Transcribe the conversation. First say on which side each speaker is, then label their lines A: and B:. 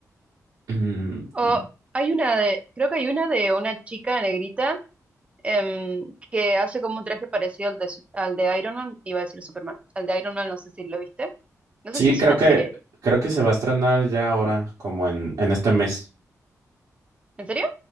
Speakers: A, on the right; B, on the right.
A: Mm,
B: O hay una de, creo que hay una de una chica negrita. em, que hace como un traje parecido al de, Sup- al de Iron Man, iba a decir Superman, al de Iron Man, no sé si lo viste, no
A: sí,
B: sé si es
A: creo
B: una
A: que,
B: serie,
A: creo que se va a estrenar ya ahora, como en, en este mes.
B: ¿en serio?